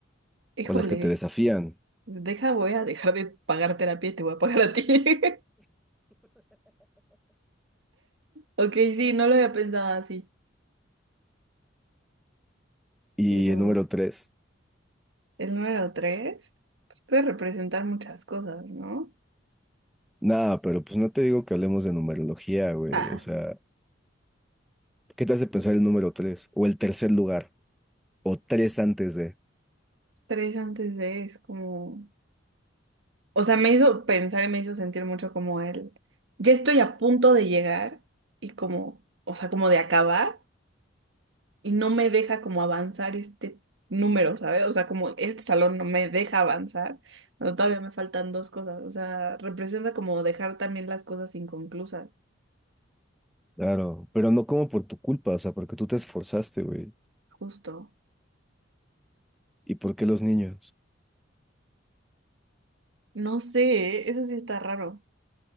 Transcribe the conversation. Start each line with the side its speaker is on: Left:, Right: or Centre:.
Right: Híjole.
Centre: o las que te desafían.
Right: Deja, voy a dejar de pagar terapia y te voy a pagar a ti. <laughs> Ok, sí, no lo había pensado así.
Centre: Y
Right: Pero
Centre: el número tres,
Right: el número tres puede representar muchas cosas, ¿no?
Centre: nada, pero pues no te digo que hablemos de numerología, güey.
Right: Ah,
Centre: O sea, ¿qué te hace pensar el número tres o el tercer lugar o tres antes
Right: tres antes de es como. o sea, me hizo pensar y me hizo sentir mucho como el, ya estoy a punto de llegar y como, o sea, como de acabar y no me deja como avanzar este número, ¿sabes? O sea, como este salón no me deja avanzar, no, todavía me faltan dos cosas, o sea, representa como dejar también las cosas inconclusas,
Centre: Claro, pero no como por tu culpa, o sea, porque tú te esforzaste, güey.
Right: justo.
Centre: ¿Y por qué los niños?
Right: No sé, ¿eh? eso sí está raro.